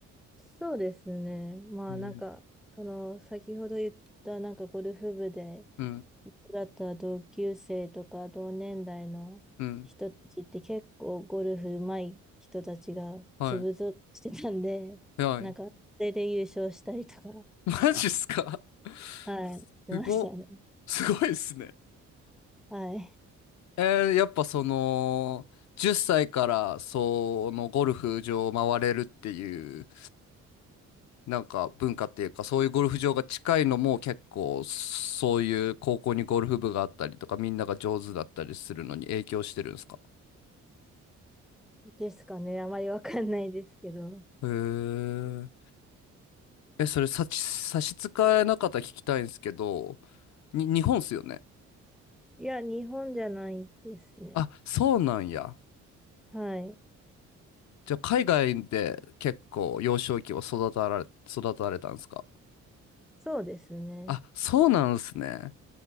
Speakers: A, in the centre; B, on the left.
A: そうですね。まあ、
B: うん
A: なんか、その、先ほど言った、なんかゴルフ部で
B: うん、
A: 一緒だった同級生とか同年代の人たちって結構ゴルフ上手い人たちが粒ぞろいしてたんで、
B: うん。はい。はい。
A: なんか、それで優勝したりとか、
B: マジっすか <laughs>
A: はい、しましたね。
B: すご、すごいっすね。
A: はい。
B: えーやっぱその、10歳からそのゴルフ場を回れるっていう、なんか文化っていうか、そういうゴルフ場が近いのも結構、そういう高校にゴルフ部があったりとか、みんなが上手だったりするのに影響してるんですか
A: <laughs> ですかね。あまりわかんないですけど。
B: へえ。え、それ差し、差し支えなかったら聞きたいんですけど、に、日本っすよね。
A: いや、日本じゃないですね。
B: あ、そうなんや。
A: はい。
B: じゃあ海外で結構幼少期を育たられ、育たれたんですか
A: そうですね。
B: あ、そうなんですね。